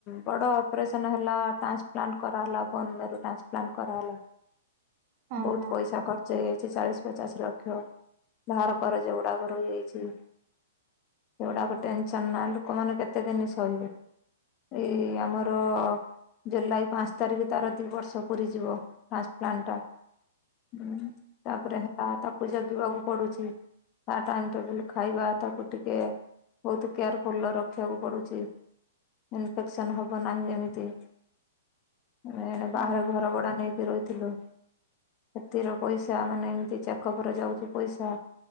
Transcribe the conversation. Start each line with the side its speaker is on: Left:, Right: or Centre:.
Left: ବଡ ଅପରେସନ୍ ହେଲା ଟ୍ରାନ୍ସପ୍ଲାଣ୍ଟ କରାହେଲା ବୋନ ମେରୁ ଟ୍ରାନ୍ସ୍ ପ୍ଲାନ୍ କରାହେଲା
Right: ହୁଁ
Left: ବୋହୁତ
Right: ହୁଁ
Left: ପଇସା ଖଚ ସେଇହୋଉଚି ଚାଳିଶି ପଚାଶ ଲକ୍ଷ ଧାହାର କରଜ ଗୁଡ଼ାକ ରହିଯାଇଚିକ। ସେଗୁଡାକ ଟେନସନ୍ ନା ଲୋକମାନେ କେତେଦିନ ଶହିବେ। ଏଇ ଆମର ଜୁଲାଇ ପାଞ୍ଚ ତାରିଖ ତାର ଦୁଇ ବର୍ଷ ପୁରୀଯିବ ଟ୍ରାନ୍ସପ୍ଲାଣ୍ଟଟା। ହୁଁ ତାପରେ ହେତା ହେତା ତାକୁ ଜଗିବାକୁ ପଡୁଛି। ତା ଟାଇମ୍ ଟେବୁଲ ଖାଇବା ତାକୁ ଟିକେ ବୋହୁତ କେୟାରଫୁଲ ରଖିବାକୁ ପଡୁଚି। ଇନଫେକ୍ସନ୍ ହବ ନାହିଁ ଯେମିତି। ଆମେ ଏଣେ
Right: ହୁଁ
Left: ବାହାରେ ଘର ଭଡା ନେଇକି ରହିଥିଲୁ। ସେଥିର ପଇସା ମାନେ ଏମିତି ଚେକପରେ ଯାଉଚି ପଇସା।